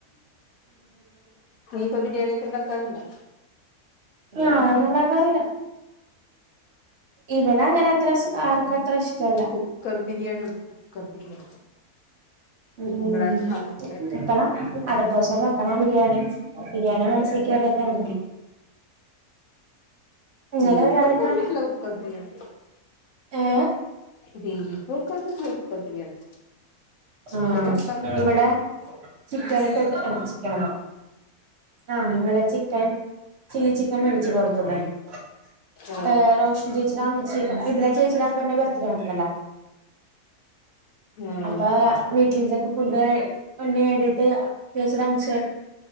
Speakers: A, on the left (about 70°); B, on the right (about 55°).
A: നീ ഇപ്പൊ ബിരിയാണി ഒക്കെ ഇണ്ടാക്കാറുണ്ടോ
B: ഞാനൊന്നും ഉണ്ടാകാറില്ല ഇവിടെ അങ്ങനെ അത്ര ആർക്കും അത്ര ഇഷ് ട്ടല്ല
A: കുക്കർ ബിരിയാണി ഉണ്ടോ കുക്കർ ബിരിയാണി സിമ്പിൾ
B: ഉം
A: ആൻഡ് ഹമ്പിൾ ആയിട്ട്
B: വെക്കണം അടുത്ത ദിവസം വെക്കണം ബിരിയാണി ബിരിയാണി മനസിൽ കേറിട്ടോണ്ട് അങ്ങനെ
A: ബീഫ്
B: ഒരാള്
A: വെക്കാൻ
B: ഞാൻ
A: പറ്റില്ല കുക്കർ ബിരിയാണി
B: ഏ
A: ബീഫ് വെക്കാൻ പറ്റില്ല കുക്കർ ബിരിയാണി ചിക്കനെ
B: ആ
A: വെക്കാൻ പറ്റു
B: ഇവിടെ ചിക്കന് ആഹ് ഇന്നലെ ചിക്കൻ ചില്ലി ചിക്കൻ മേടിച്ച് കൊടുത്തു <unintelligible>
A: ഓഹ്
B: ഏ റോഷൻ ചേച്ചിടാമ്മചിടെ ഇന്നലെ ചേച്ചിടാ അപ്പന്റെ ബർത്ത്ഡേ ആയിരുന്നല്ലോ
A: ഉം
B: അപ്പൊ വീട്ടില് ഇതൊക്കെ ഫുഡ് വേണ്ടിട്ട് ചേച്ചിടെ അമ്മച്ചി